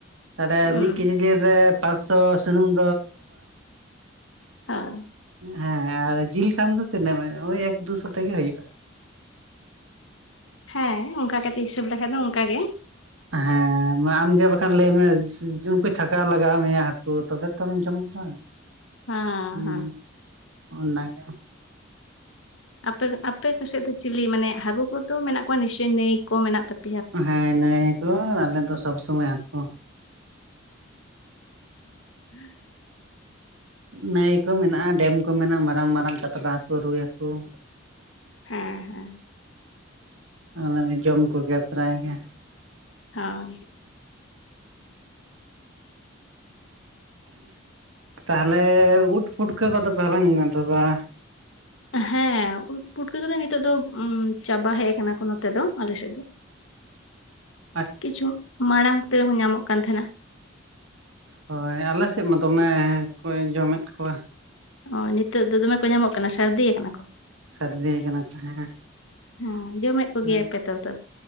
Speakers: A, on the right (about 85°); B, on the left (about 75°).
A: ᱛᱟᱦᱚᱞᱮ
B: ᱦᱩᱸ
A: ᱢᱤᱫ ᱠᱮᱡᱤ ᱡᱤᱞ ᱨᱮ ᱯᱟᱸᱪᱥᱚ ᱥᱩᱱᱩᱢᱼᱼ
B: ᱟ <unintelligible>
A: ᱦᱮᱸ ᱟᱨ ᱡᱤᱞ ᱠᱷᱟᱱ ᱫᱚ ᱛᱤᱱᱟᱹᱜ ᱚᱭ ᱮᱠ ᱫᱩᱥᱚ ᱛᱮᱜᱮ ᱦᱩᱭᱩᱜᱼᱟ ᱾
B: ᱦᱮᱸ ᱚᱱᱠᱟ ᱠᱟᱛᱮ ᱦᱤᱥᱟᱹᱵ ᱞᱮᱠᱷᱟᱡ ᱫᱚ ᱚᱱᱠᱟ ᱜᱮ ᱾
A: ᱦᱮᱸ ᱾ ᱮᱸ ᱟᱢᱜᱮ ᱵᱟᱠᱷᱟᱱ ᱞᱟᱹᱭ ᱢᱮ ᱩᱱᱠᱩ ᱪᱷᱟᱠᱟᱣ ᱞᱟᱜᱟᱣ ᱢᱮᱭᱟ ᱦᱟᱹᱠᱩ ᱛᱚᱵᱮ ᱛᱚᱢ ᱡᱚᱢ ᱠᱚᱣᱟ ᱾
B: ᱦᱮᱸ
A: ᱦᱩᱸ
B: ᱦᱮᱸ
A: ᱚᱱᱟ ᱜᱮ ᱾
B: ᱟᱯᱮ ᱟᱯᱮ ᱠᱚ ᱥᱮᱡ ᱫᱚ ᱪᱤᱞᱤ ᱢᱟᱱᱮ ᱦᱟᱹᱜᱩ ᱠᱚᱫᱚ ᱢᱮᱱᱟᱜ ᱠᱚᱣᱟ ᱱᱤᱥᱪᱚᱭ ᱱᱟᱹᱭ ᱠᱚ ᱢᱮᱱᱟᱜ ᱛᱟᱯᱮᱼᱼ
A: ᱦᱮᱸ ᱱᱟᱹᱭ ᱠᱚ ᱟᱞᱮ ᱫᱚ ᱥᱚᱵᱽ ᱥᱚᱢᱚᱭ ᱦᱟᱹᱠᱳ ᱾
B: ᱦᱚᱜᱸ <unintelligible>
A: ᱱᱟᱹᱭ ᱠᱚ ᱢᱮᱱᱟᱜᱼᱟ ᱰᱮᱢ ᱠᱚ ᱢᱮᱱᱟᱜᱼᱟ ᱢᱟᱨᱟᱝ ᱢᱟᱨᱟᱝ ᱠᱟᱛᱞᱟ ᱦᱟᱹᱠᱩ ᱨᱩᱭ ᱦᱟᱹᱠᱩ ᱾
B: ᱦᱮᱸ ᱦᱮᱸ
A: ᱚᱞᱮᱞᱮ ᱡᱚᱢ ᱠᱚᱜᱮᱭᱟ ᱯᱨᱟᱭ ᱜᱮ
B: ᱦᱚᱭ
A: ᱛᱟᱦᱚᱞᱮ ᱩᱴ ᱯᱩᱴᱠᱟᱹ ᱠᱚᱫᱚᱯᱮ ᱦᱟᱞᱟᱝ ᱮᱫᱟ ᱵᱟᱝ <inaudible>
B: ᱦᱮᱸ ᱩᱫ ᱯᱩᱴᱠᱟᱹ ᱠᱚᱫᱚ ᱱᱤᱛᱚᱜ ᱫᱚ ᱪᱟᱵᱟ ᱦᱮᱡ ᱟᱠᱟᱱᱟ ᱠᱚ ᱱᱚᱛᱮ ᱫᱚ ᱟᱞᱮᱥᱮᱫ ᱫᱚ
A: ᱴᱷᱤᱠ <unintelligible> <inaudible>
B: ᱠᱤᱪᱷᱩ ᱢᱟᱲᱟᱝ ᱛᱮᱦᱚᱸ ᱧᱟᱢᱚᱜ ᱠᱟᱱ ᱛᱟᱦᱮᱱᱟ
A: ᱦᱚᱭ ᱟᱞᱮ ᱥᱮᱫ ᱢᱟ ᱫᱚᱢᱮ ᱠᱚ ᱡᱚᱢᱮᱫ ᱠᱚᱣᱟ
B: ᱚ ᱱᱤᱛᱳ ᱫᱚ ᱫᱚᱢᱮ ᱠᱚ ᱧᱟᱢᱚᱜ ᱠᱟᱱᱟ ᱥᱟᱹᱨᱫᱤ ᱟᱠᱟᱱᱟᱠᱚ
A: ᱥᱟᱨᱤᱫᱤᱭ ᱠᱟᱱᱟ ᱠᱚ ᱦᱮᱸ
B: ᱦᱮᱸ ᱡᱚᱢᱮᱫ ᱠᱚᱜᱮᱭᱟᱯᱮ
A: ᱦᱮᱸ
B: ᱛᱚ ᱛᱚᱵᱮ?